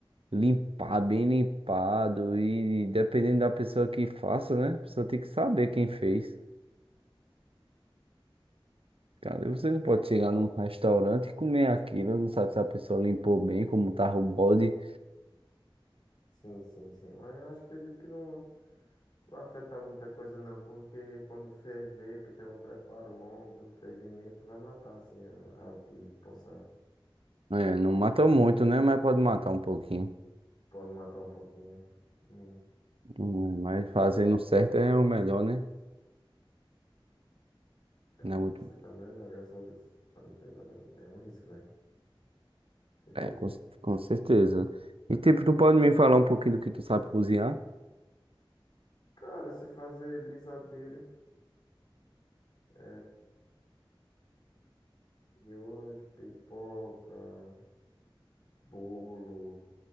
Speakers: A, on the right (about 85°); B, on the left (about 50°).
A: limpar bem limpado. E dependendo da pessoa que faça, né? A pessoa tem que saber quem fez. Cara, você não pode chegar num restaurante e comer aquilo, não sabe se a pessoa limpou bem, como tava o bode.
B: Sim, sim, sim. Mas eu acho, acredito que não. Não afeta muita coisa não, porque quando ferver, porque tem um preparo longo do fervimento, vai matar assim a- algo que possa
A: É, não mata
B: danificar.
A: muito, né? Mas pode matar um pouquinho.
B: Pode matar um pouquinho. Hum.
A: Hum, Mas fazendo certo é o melhor, né?
B: É
A: Não
B: fazendo
A: é muito...
B: certo é o melhor, graças a Deus. Pra não ter nada, nenhum risco, né? Com certeza.
A: É, com, com certeza. E, tipo, tu pode me falar um pouquinho do que tu sabe cozinhar?
B: Cara, se fazer brisadeiro, é... miojo, pipoca, bolo,